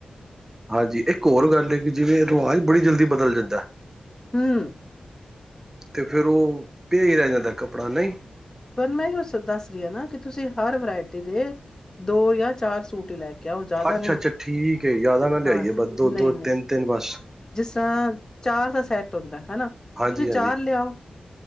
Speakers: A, on the right; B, on the left.
A: ਹਾਂਜੀ ਇੱਕ ਹੋਰ ਗੱਲ ਹੈ ਕਿ ਜਿਵੇਂ ਰਿਵਾਜ਼ ਬੜੀ ਜਲਦੀ ਬਦਲ ਜਾਂਦਾ
B: ਹਮ
A: ਤੇ ਫੇਿਰ ਉਹ ਭੇਜ ਰਹਿ ਜਾਂਦਾ ਕੱਪੜਾ ਨਹੀਂ
B: ਤੁਹਾਨੂੰ ਮੈਂ ਹੀ ਉਹ ਦੱਸ ਰਹੀ ਹਾਂ ਨਾ ਕਿ ਤੁਸੀ ਹਰ ਵਰਾਇਟੀ ਦੇ ਦੋ ਜਾਂ ਚਾਰ ਸੂਟ ਹੀ ਲੈ ਕੇ ਆਓ ਜ਼ਿਆਦਾ
A: ਅੱਛਾ
B: ਨਹੀਂ
A: ਅੱਛਾ ਠੀਕ ਹੈ ਜ਼ਿਆਦਾ ਨਾ ਲਿਆਈਏ
B: ਹਾਂ
A: ਬਸ ਦੋ
B: ਨਹੀਂ
A: ਦੋ
B: ਨਹੀਂ
A: ਤਿੰਨ ਤਿੰਨ ਬਸ
B: ਜਿਸ ਤਰ੍ਹਾਂ ਚਾਰ ਦਾ ਸੈਟ ਹੁੰਦਾ ਹਨਾ
A: ਹਾਂਜੀ
B: ਤੁਸੀਂ ਚਾਰ
A: ਹਾਂਜੀ
B: ਲਿਆਓ